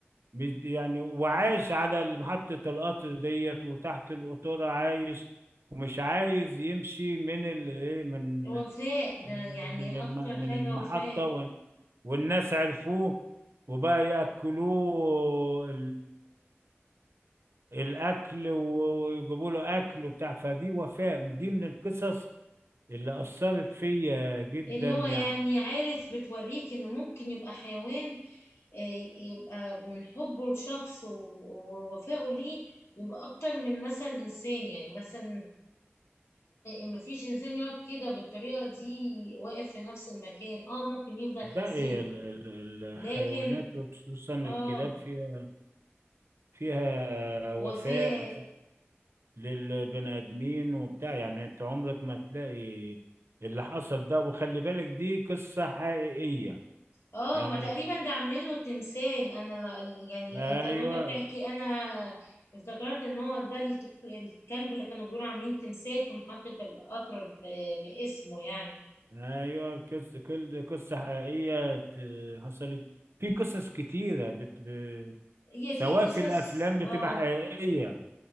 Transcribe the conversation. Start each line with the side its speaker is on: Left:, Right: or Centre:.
Right: بد- يعني وعاش على محطة القطر ديت وتحت القطورة عايش ومش عايز يمشي من ال إيه، من
Left: وفاء
Right: من
Left: ده
Right: ال-
Left: يعني
Right: من الم-
Left: اكتر حاجة
Right: من المحطة
Left: وفاء
Right: وال- والناس عرفوه وبقى يأكلوه الاكل و- ويجيبوا له اكل وبتاع فدي وفاء دي من القصص اللي اثرت فيا جدا
Left: اللي
Right: يعني
Left: هو يعني عارف بتوريك ان ممكن يبقى حيوان آه، يبقى من حبه لشخص و- ووفائه ليه يبقى اكتر من مثلا انسان يعني مثلا ما فيش انسان يقعد كده بالطريقة دي واقف في نفس المكان اه ممكن يفضل
Right: ده
Left: حزين
Right: إيه ال- ال- الحيوانات
Left: لكن
Right: وخصوصا الكلاب
Left: اه
Right: فيها فيها
Left: وفاء
Right: وفاء للبني ادمين وبتاع يعني انت عمرك ما هتلاقي اللي حصل ده وخلي بالك دي قصة حقيقية
Left: اه
Right: يعني
Left: ما تقريبا
Right: مش
Left: ده عاملين له تمثال انا ل- يعني
Right: ايوه
Left: انت لما انت بتحكي انا افتكرت ان هو ده الت- الكلب اللي كانوا بيقولوا عاملين تمثال في محطة القطر ب- باسمه يعني
Right: ايوه كس كل قصه حقيقيه ت- حصلت في قصص كتيره بت... ب...
Left: هي
Right: سواء
Left: في قصص
Right: في الافلام بتبقى
Left: اه
Right: حقيقيه